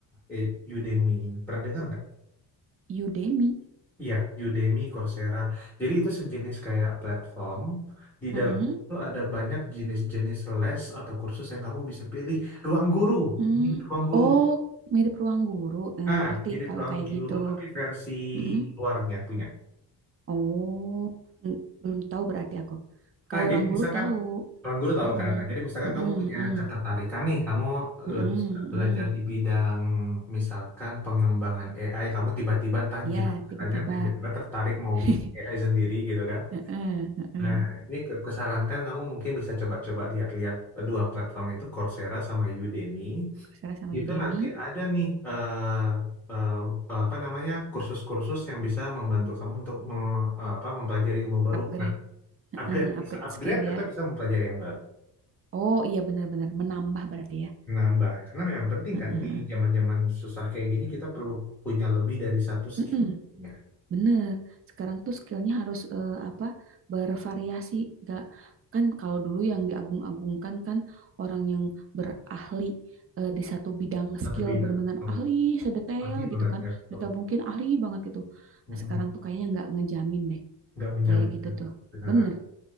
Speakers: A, in the centre; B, on the right.
A: eh, Udemy. Pernah dengar nggak?
B: Udemy.
A: Iya, Udemy, Coursera. Jadi itu sejenis kayak platform. Di
B: Mm-mm.
A: dalam itu ada banyak jenis-jenis les atau kursus yang kamu bisa pilih. Ruang guru,
B: Mm.
A: mirip ruang guru.
B: Oh, mirip ruang guru. Mm,
A: Ah,
B: ngerti
A: mirip
B: kalau
A: ruang
B: kayak
A: guru
B: gitu.
A: tapi versi
B: Mm-mm.
A: luarnya punya.
B: Oh, mm, belum tahu berarti aku. Kalau
A: Nah, jadi
B: ruang guru
A: misalkan
B: tahu.
A: ruang guru tahu
B: Mm-mm.
A: kan. Nah, jadi misalkan
B: Mm-mm,
A: kamu punya
B: mm-mm.
A: ketertarikan nih, kamu
B: Mm-mm,
A: lebih suka belajar
B: mm-mm.
A: di bidang misalkan pengembangan AI, kamu tiba-tiba entah
B: Iya,
A: gimana caranya
B: tiba-tiba.
A: tiba-tiba tertarik mau
B: <laughs>
A: bikin AI sendiri gitu kan.
B: Heeh, heeh.
A: Nah, ini ke- kusarankan kamu mungkin bisa coba-coba lihat-lihat kedua platform itu Coursera sama Udemy.
B: Coursera sama
A: Itu
B: Udemy,
A: nanti ada nih eh, eh, apa namanya kursus-kursus yang bisa membantu kamu untuk me- eh, apa mempelajari ilmu baru.
B: upgrade,
A: Nah,
B: Heeh,
A: upgrade
B: upgrade
A: bisa upgrade
B: skill
A: atau
B: ya.
A: bisa mempelajari yang baru.
B: Oh iya benar-benar menambah berarti ya.
A: Nambah karena memang penting kan
B: Heeh.
A: di zaman-zaman susah kayak gini kita perlu punya lebih dari satu skill
B: Mm-mm,
A: ya,
B: bener. Sekarang tuh skillnya harus eh, apa bervariasi. Gak kan kalau dulu yang diagung-agungkan kan orang yang berahli eh, di satu bidang
A: atau
B: skill
A: bidang.
B: benar-benar
A: Atau
B: ahli sedetail
A: nanti banget
B: gitu kan.
A: ya betul.
B: Mereka mungkin ahli banget gitu.
A: Mm-mm.
B: Nah, sekarang tuh kayaknya nggak ngejamin deh
A: Nggak menjamin
B: kayak gitu tuh.
A: kebenaran.
B: Bener.